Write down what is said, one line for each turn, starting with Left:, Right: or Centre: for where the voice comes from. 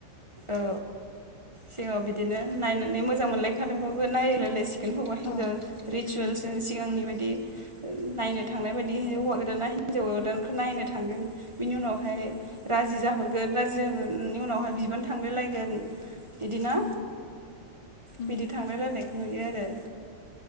Right: औ सिगाव बिदिनो नायनानै मोजां मोनलायखादोंबाबो नायलायलायसिगोन
Left: अ उम
Right: <inaudible> नायनो थांनाय बादि
Left: उम
Right: हौवा गोदाना हिन्जाव गोदान नायनो थांगोन बिनि उनावहाय
Left: उम
Right: राजि जाहर <unintelligible> उनावहाय बिबान थांलाय लायगोन बिदिना
Left: उम उम
Right: बिदि थांलायनायखौ नुयो। बे आरो